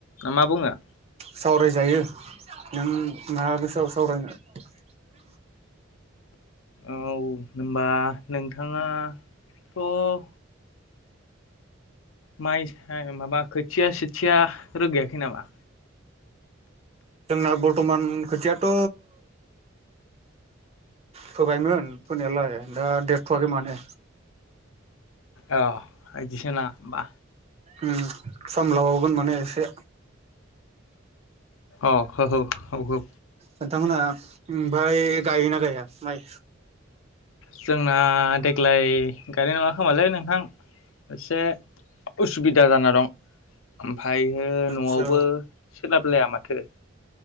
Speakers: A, on the left (about 80°); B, on the right (about 30°).
A: मा बुङो?
B: सावरायजायो नों मा गोसोआव सावरायनो। <inaudible>
A: औ होनबा नोंथाङाथ' माइ माबा खोथिया सोथिया रोगायाखै नामा?
B: जोंना बरथ'मान खोथियाथ' फोबायमोन फोनायालाय दा देरथ'वाखै माने
A: अ बिदिसोना बा
B: उम सामलाबावगोन माने एसे
A: अ हो हौ हौ हौ।
B: नोंथांमोनहा ओमफाय गायोना गाया माइ?
A: जोंना देग्लाय गायनाय नङा खोमालै नोंथां एसे उसुबिदा जाना दं। ओम फायहो
B: आदसा
A: न'आवबो सोलाब लाया माथो।